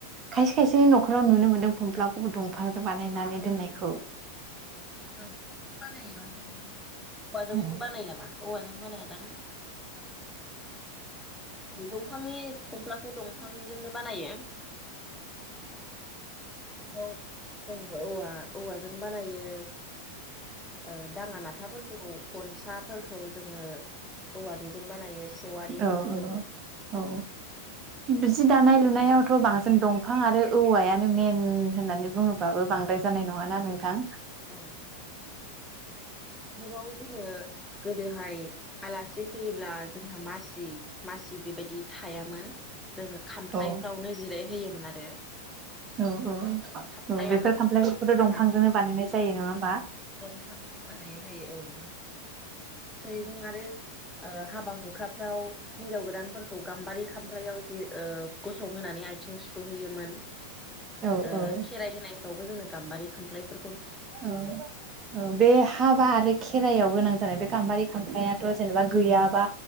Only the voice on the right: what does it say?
खायसे खायसेनि नखराव नुनो मोन्दों फमफ्लाखौबो दंफांजों बानायनानै दोननायखौ
औ
ओ ओ औ बि जि दानाय लुनायावथ बांसिन दंफां आरो औवायानो मेन होननानै बुङोबाबो बांद्राय जानाय नङाना नोंथां
औ
औ
औ बेफोर
खामफ्लायफोरखौथ' दंफांजोंनो
बानायनाय
जायो नङा होमबा
औ
औ
औ औ बे। हाबा आरो खेराइायाव गोनां जानाय बे गाम्बारि खामफ्लायाथ' जेनेबा गैयाबा